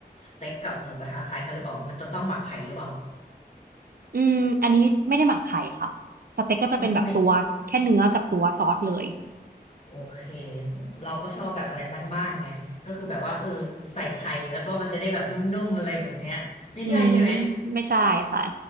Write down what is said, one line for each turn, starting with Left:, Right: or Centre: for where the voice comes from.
Left: สเต็กกับหมูกระทะคล้ายกันหรือเปล่ามันจะต้องหมักไข่หรือเปล่า
Right: อืมอันนี้ไม่ได้หมักไข่ค่ะสเต็กก็จะเป็นแบบตัวแค่เนื้อกับตัวซอสเลย
Left: ไม่ไม่ โอเคเราก็ชอบแบบอะไรบ้านๆไงก็คือแบบว่าเออใส่ไข่แล้วก็มันจะได้แบบนุ่มๆอะไรแบบเนี้ยไม่ใช่ใช่ไหม
Right: อืมไม่ใช่ค่ะ